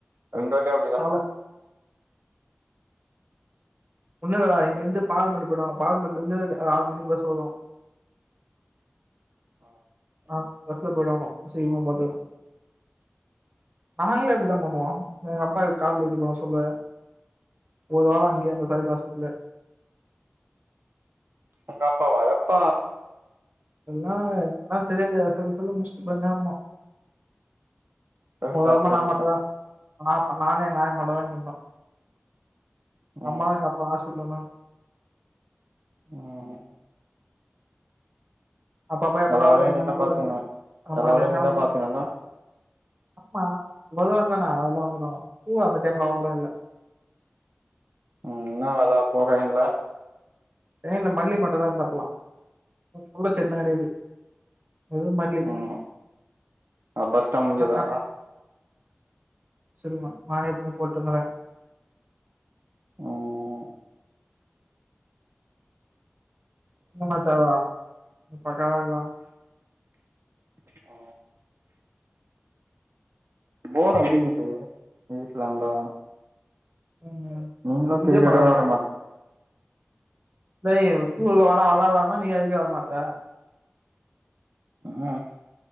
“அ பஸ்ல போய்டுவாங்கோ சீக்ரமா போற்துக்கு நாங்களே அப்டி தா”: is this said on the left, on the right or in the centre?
Right